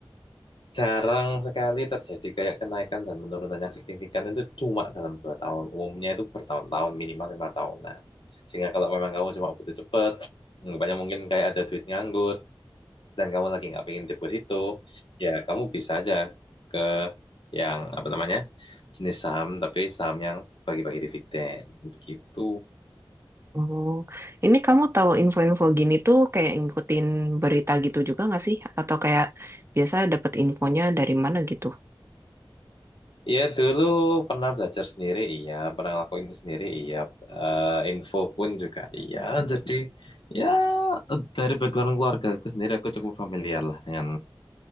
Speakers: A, on the left (about 70°); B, on the right (about 30°).
A: Jarang sekali terjadi kayak kenaikan dan penurunan yang signifikan itu cuma dalam dua tahun. Umumnya itu bertahun-tahun, minimal lima tahunan. Sehingga kalau memang kamu cuma butuh cepet, hmm, banyak mungkin kayak ada duit nganggur, dan kamu lagi nggak pengen deposito, ya kamu bisa aja ke yang apa namanya jenis saham, tapi saham yang bagi-bagi dividen. Begitu.
B: oh ini kamu tahu info-info gini tuh kayak ngikutin berita gitu juga nggak sih atau kayak biasa dapat infonya dari mana gitu
A: Iya dulu pernah belajar sendiri, iya. Pernah ngelakuin itu sendiri, iya. Eh, info pun juga, iya. Jadi ya dari background keluarga aku sendiri aku cukup familiar lah dengan